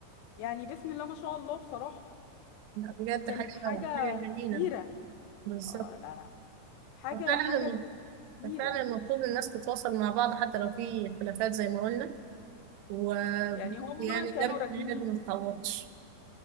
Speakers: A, on the left; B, on the right.
A: يعني بسم الله ما شاء الله بصراحة
B: لا بجد
A: كانت
B: حاجة
A: حاجة
B: حاجة جميلة
A: كبيرة
B: بالظبط
A: آه لا لا حاجة
B: فعلا
A: حاجة
B: الم-
A: جميلة
B: فعلا المفروض الناس تتواصل مع بعض حتى لو في خلافات زي ما قلنا ويعني
A: يعني هما
B: ده
A: كانوا راكنين
B: بجد ما يتعوضش